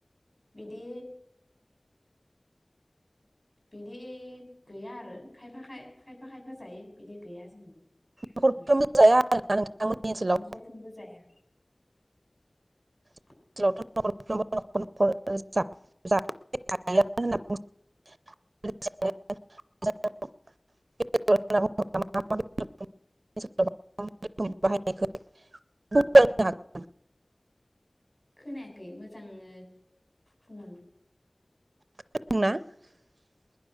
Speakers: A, on the left; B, on the right.
A: बिदि बिदि गैया आरो खायफा खायफा खायफा खायफा जायो बिदि गैया जोंनाव
B: न'खरफ्रोमबो
A: ओं।
B: जाया आरोना नोंथांमोननि ओनसोलाव
A: नखरफ्रोमबो जाया।
B: <unintelligible>
A: <inaudible>
B: <unintelligible>
A: खोनायाखै मोजांङो बुं।
B: खोनादोंना?